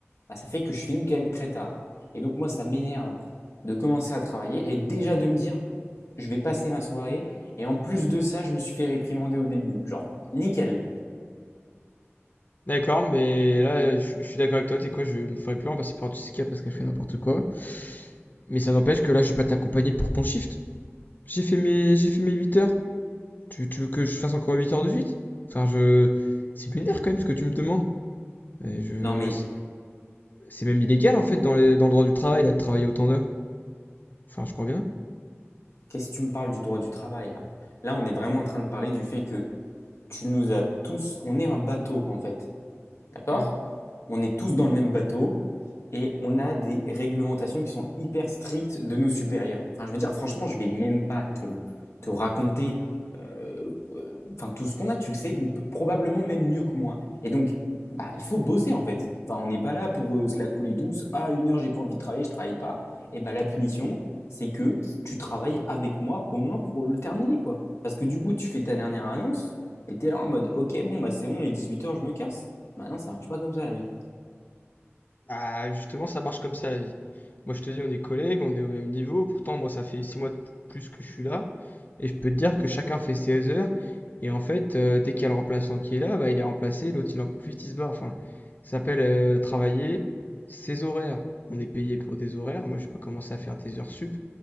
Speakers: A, on the left (about 80°); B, on the left (about 40°).
A: bah, ça fait que je finis quand même très tard. Et donc, moi, ça m'énerve de commencer à travailler et déjà de me dire, je vais passer ma soirée. Et en plus de ça, je me suis fait réprimander au début. Genre, nickel.
B: D'accord, mais là, je, je suis d'accord avec toi, t'es quoi, je me ferais plus en par du CK parce qu'elle fait n'importe quoi. Mais ça n'empêche que là, je vais pas t'accompagner pour ton shift. J'ai fait mes, j'ai fait mes 8 heures. Tu, tu veux que je fasse encore 8 heures de suite? Enfin, je... C'est lunaire quand même ce que tu me demandes. Et je...
A: Non, mais
B: C'est même illégal en fait dans les... dans le droit du travail là, de travailler autant d'heures. Enfin, je crois bien.
A: qu'est-ce que tu me parles du droit du travail là Là, on est vraiment en train de parler du fait que tu nous as tous, on est un bateau en fait. D'accord?
B: Mhm.
A: On est tous dans le même bateau et on a des réglementations qui sont hyper strictes de nos supérieurs. Enfin, je veux dire, franchement, je ne vais même pas te, te raconter euh, euh, enfin, tout ce qu'on a, tu le sais probablement même mieux que moi. Et donc, bah, il faut bosser en fait. Enfin, on n'est pas là pour euh, se la couler douce. Ah, une heure, j'ai pas envie de travailler, je travaille pas. Et bah, la punition, c'est que tu travailles avec moi au moins pour le terminer, quoi. Parce que du coup, tu fais ta dernière annonce et t'es là en mode, ok, bon, bah, c'est bon, les 18 heures, je me casse. Bah non, ça marche pas comme ça la vie.
B: Bah justement, ça marche comme ça la vie. Moi, je te dis, on est collègues, on est au même niveau. Pourtant, moi, ça fait six mois de plus que je suis là, et je peux te dire que chacun fait ses heures. Et en fait, euh, dès qu'il y a le remplaçant qui est là, bah, il est remplacé, l'autre il en profite, il se barre. Enfin, ça s'appelle euh, travailler ses horaires. On est payé pour des horaires. Moi, j'ai pas commencé à faire des heures sup.